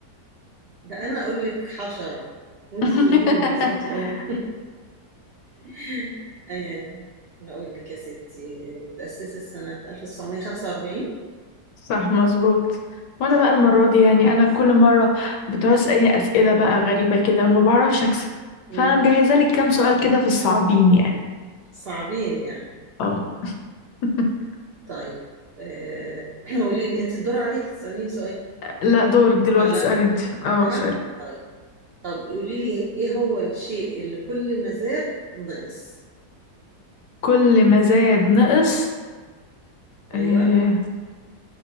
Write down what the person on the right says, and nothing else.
ده انا اقول لك حشرة وانت
تقولي لي منظمة الامم <laughs> آه، اقول لك يا ستي تأسست سنة 1945
صح
كويس
امم
صعبين يعني
طيب آه، <clears throat> قولي لي انت الدور عليك تسأليني سؤال
ولا
انا انا طيب طب قولي لي ايه هو الشيء اللي كل ما زاد نقص
ايوه